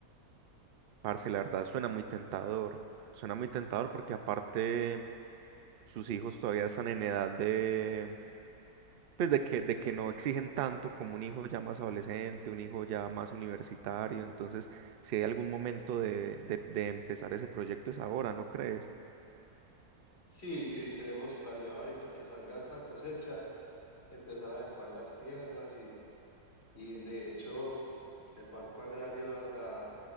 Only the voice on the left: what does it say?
Sí, sí, tenemos planeado ahorita que salga esta cosecha, empezar a adecuar las tierras y, y de hecho el Banco Agrario da, da